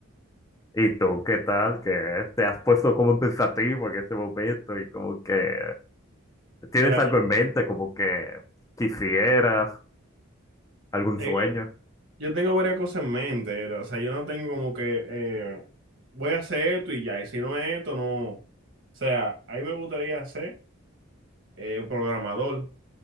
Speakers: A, on the left; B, on the right.
A: ¿Y tú qué tal? Que te has puesto como pensativo en ese momento y como que tienes
B: Mira,
A: algo
B: yo
A: en mente, como que quisieras algún
B: eh,
A: sueño.
B: yo tengo varias cosas en mente. era, O sea, yo no tengo como que eh, voy a hacer esto y ya. Y si no es esto, no. O sea, ahí me gustaría ser eh, un programador